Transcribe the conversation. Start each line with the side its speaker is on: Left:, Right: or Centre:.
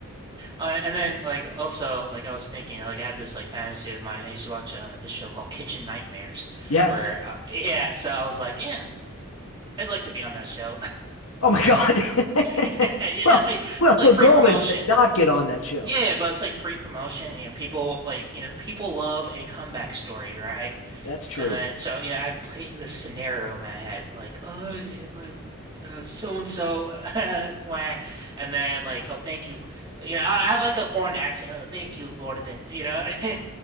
Right: Uh, and then like also like I was thinking like I had this like fantasy of mine. I used to watch uh, this show called Kitchen Nightmares
Left: Yes.
Right: where uh, <laughs> yeah so i was like yeah I'd like to be on that show.
Left: Oh my God. <laughs>
Right: <laughs> It'd
Left: Well,
Right: just be
Left: well, the
Right: like free
Left: goal
Right: promotion.
Left: is to not get on that show.
Right: Yeah, yeah, but it's like free promotion. You know, people like, you know, people love a comeback story, right?
Left: That's true.
Right: And then so, you know, I've played this scenario in my head, like, oh yeah, my uh, so and so, uh, <laughs> wah, and then like, oh, thank you. You know, I I have like a foreign accent. Oh, thank you, Gordon. You know, <laughs>